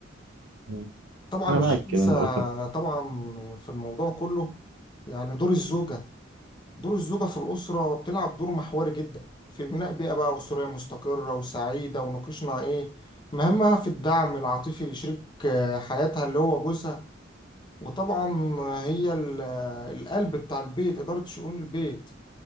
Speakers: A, on the right; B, on the left.
A: مم.
B: طبعا
A: انا
B: مش
A: معاك كده
B: هنسى
A: إن الاسر
B: طبعا في الموضوع كله يعني دور الزوجة دور الزوجة في الأسرة بتلعب دور محوري جدا في بناء بيئة بقى أسرية مستقرة وسعيدة وناقشنا إيه مهامها في الدعم العاطفي لشريك آه، حياتها اللي هو جوزها وطبعا هي ال- آه، القلب بتاع البيت إدارة شؤون البيت